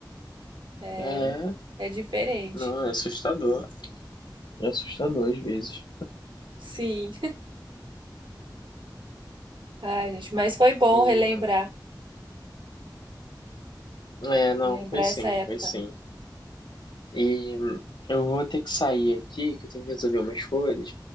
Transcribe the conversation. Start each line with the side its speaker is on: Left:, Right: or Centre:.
Right: É,
Left: é,
Right: é diferente.
Left: não, é assustador. É assustador às vezes.
Right: Sim. Ah, gente, mas foi bom
Left: E,
Right: relembrar,
Left: é, não,
Right: relembrar
Left: foi sim,
Right: essa época.
Left: foi sim. E hum, eu vou ter que sair aqui, que eu tenho que resolver umas coisas,